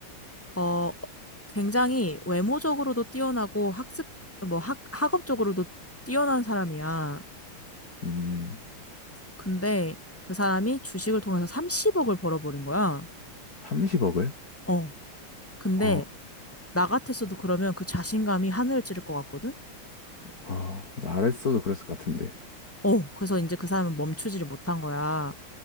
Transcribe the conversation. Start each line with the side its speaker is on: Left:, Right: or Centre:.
Centre: 어, 굉장히 외모적으로도 뛰어나고 학습, 뭐 학, 학업적으로도 뛰어난 사람이야.
Left: 음,
Centre: 근데 그 사람이 주식을 통해서 30억을 벌어버린 거야.
Left: 30억을?
Centre: 어. 근데
Left: 어,
Centre: 나 같았어도 그러면 그 자신감이 하늘을 찌를 것 같거든?
Left: 어, 나랬어도 그랬을 것 같은데.
Centre: 어. 그래서 이제 그 사람은 멈추지를 못한 거야.